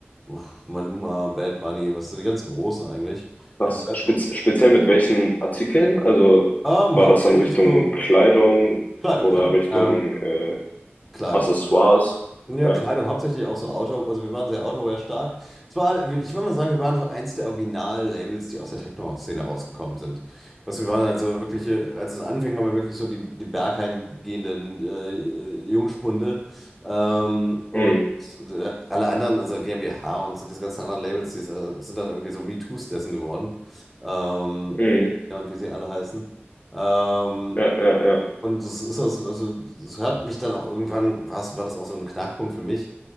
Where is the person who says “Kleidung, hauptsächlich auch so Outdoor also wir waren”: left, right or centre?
Centre